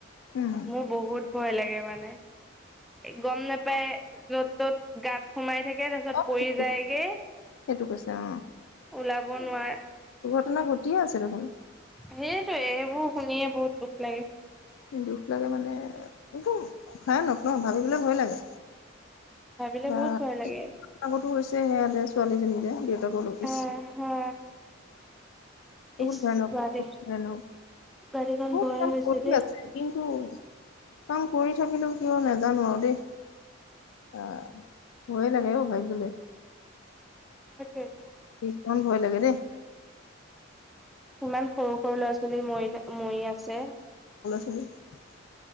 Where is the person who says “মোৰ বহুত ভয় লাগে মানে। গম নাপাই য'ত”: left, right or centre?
Centre